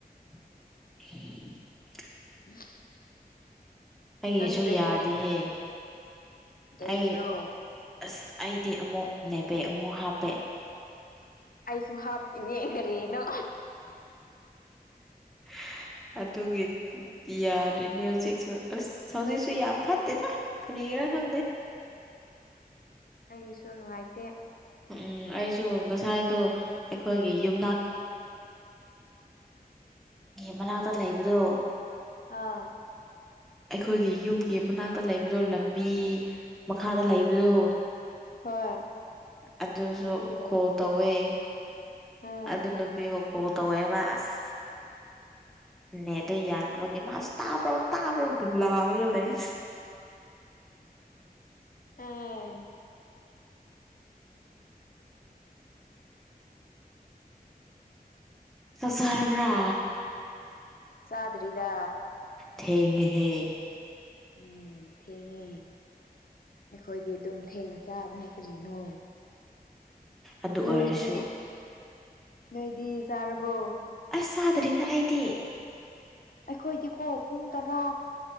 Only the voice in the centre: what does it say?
<unintelligible>
ꯑꯩꯒꯤꯁꯨ
ꯌꯥꯗꯦꯍꯦ
ꯑꯩ ꯑꯁ ꯑꯩꯗꯤ ꯑꯃꯨꯛ ꯅꯦꯕꯦꯛ ꯑꯃꯨꯛ ꯍꯥꯞꯄꯦ
<unintelligible> ꯑꯗꯨꯒꯤ ꯌꯥꯔꯅꯤ ꯍꯧꯖꯤꯛꯁꯨ ꯑꯁ ꯍꯧꯖꯤꯛꯁꯨ ꯌꯥꯝ ꯐꯠꯇꯦꯗꯥ ꯀꯔꯤ ꯔ ꯈꯪꯗꯦ
ꯎꯝ ꯑꯩꯁꯨ ꯉꯁꯥꯏꯗꯨꯣ ꯑꯩꯈꯣꯏꯒꯤ ꯌꯨꯝꯅꯥꯛ ꯃꯅꯥꯛꯇ ꯂꯩꯕꯗꯣ
ꯑꯩꯈꯣꯏꯒꯤ ꯌꯨꯝꯒꯤ ꯃꯅꯥꯛꯇ ꯂꯩꯕꯗꯣ ꯂꯝꯕꯤ ꯃꯈꯥꯗ ꯂꯩꯕꯗꯣ
ꯑꯗꯨꯁꯨ
ꯀꯣꯜ ꯇꯧꯋꯦ
ꯑꯗꯨ ꯅꯨꯄꯤꯕꯨ ꯀꯣꯜ ꯇꯧꯋꯦꯕ ꯑꯁ ꯅꯦꯠ ꯗꯨ ꯌꯥꯗꯕꯒ ꯃꯥ ꯇꯥꯛ ꯇꯥ ꯄꯔꯣ ꯕꯂꯔꯒ ꯂꯩ
ꯆꯥꯛ ꯆꯥꯔꯕꯥ
ꯊꯦꯡꯉꯦ ꯍꯦ
ꯑꯗꯨ
ꯑꯣꯏꯔꯁꯨ
ꯑꯁ ꯆꯥꯗ꯭ꯔꯤꯗ ꯑꯩꯗꯤ